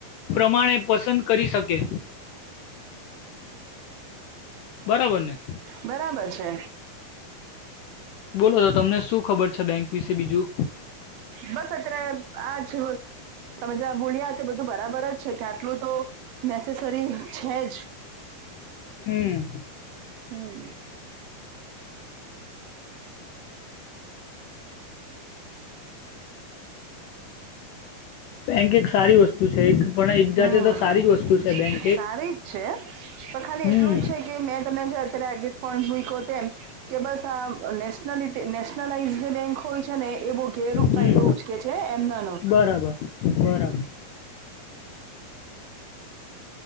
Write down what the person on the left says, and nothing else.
પ્રમાણે પસંદ કરી શકે બરાબર ને
બોલો તો તમને શું ખબર છે બેંક વિશે બીજું
હમ્મ.
બેંક એક સારી વસ્તુ છે એક પણ એક
જાતે તો સારી જ વસ્તુ છે બેંક એક
હમ
હમ
બરાબર બરાબર